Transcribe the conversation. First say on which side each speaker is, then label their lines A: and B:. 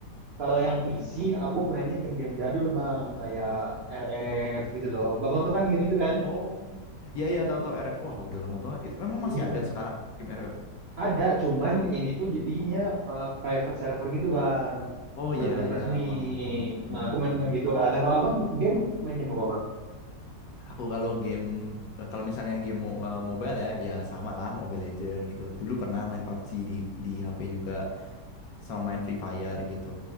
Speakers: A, on the right; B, on the left.
A: kalau yang P C, aku mainnya game-game jadul Bang, kayak R F gitu loh. Bang tuh kan game itu kan?
B: Oh. Iya, iya, tahu-tahu RF. Wah, udah lama banget. Itu memang
A: Iya.
B: masih ada sekarang game RF.
A: Ada, cuman ini tuh jadinya eh, private server gitu bang.
B: Oh
A: Udah
B: iya,
A: bukan
B: iya,
A: resmi.
B: paham, paham. Mm,
A: Nah aku
B: mm,
A: main
B: mm.
A: main gitu. Nah kalau abang game main game apa bang?
B: Aku kalau game, kalau misalnya game mo- eh, mobile ya, ya sama lah Mobile Legend gitu. Dulu pernah main PUBG di di HP juga, sama main Free Fire gitu.